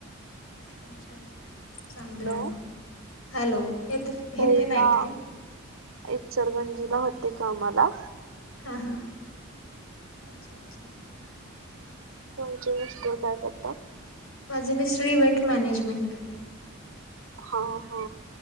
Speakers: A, on the left (about 85°); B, on the right (about 75°).
A: अच्छा अच्छ चांगलं
B: हॅलो
A: आहे मग हॅलो येत येते
B: तईला
A: नाहीकल
B: इचरगंजीला होते का आम्हाला
A: हां हां अच्छा अच्छा
B: तुमची नस्
A: अच्छा.
B: काय करतात
A: माझे मिसळी इव्हेंट मॅनेजमेंट करतात
B: हा हा